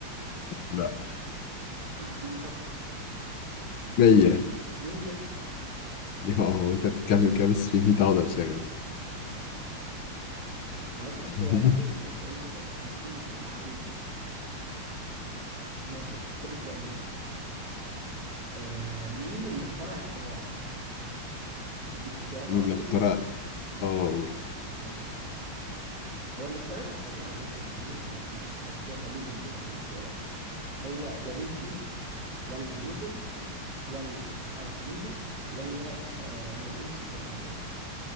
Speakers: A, on the left; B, on the right.
A: لا
B: ما اكيد مش اكتر
A: مية
B: 100
A: اه انت بتتكلم
B: انا
A: كده بس في 100 عضلة شغال
B: سبحان الله انا قلت مش هتبقى
A: <laughs>
B: 20 بس قلت تبقى 50 في المعقول يعني ماشي يا باشا خد السؤال ده مني آه مين اللي اخترع الطباعة اديك اختيارات
A: مين
B: على
A: اللي
B: طول
A: اخترع اه قول
B: ماشي هو الاختيارات هتسهلها عليك عشان هو الاسم الوحيد بس خلينا ادي لك الاختيارات هو دافنشي ولا نيوتن ولا ارخميدس ولا آه يوهانس جوتنبرج